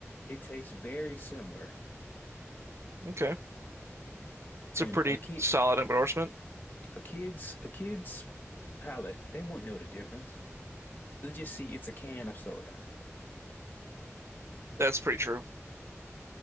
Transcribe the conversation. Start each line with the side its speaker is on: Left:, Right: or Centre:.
Left: It tastes very similar.
Right: Okay. It's
Left: And
Right: a pretty
Left: a kid,
Right: solid endorsement.
Left: a kid's, a kid's palate, they won't know the difference. They just see it's a can of soda.
Right: That's pretty true.